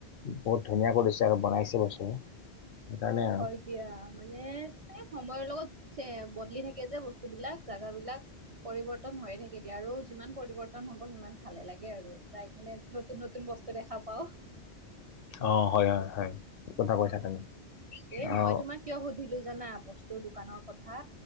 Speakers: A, on the left; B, on the right.
A: বহুত ধুনীয়া কৰিছে আৰু বনাইছে বস্তু সেইকাৰণে
B: অ',
A: আৰু।
B: হয় দিয়া মানে এ সময়ৰ লগত চে বদলি থাকে যে বস্তু বিলাক জাগাবিলাক। পৰিবৰ্তন হৈয়ে থাকে দিয়া আৰু যিমান পৰিবৰ্তন হব সিমান ভালে লাগে আৰু যাই কিনে। নতুন নতুন বস্তু দেখা পাও।
A: অ হয় হয় হয়। ঠিক কথা
B: অ,
A: কৈছা তুমি
B: এ
A: অ
B: মই তোমাৰ কিয় সুধো - সুধিলো জানা, বস্তুৰ দোকানৰ কথা।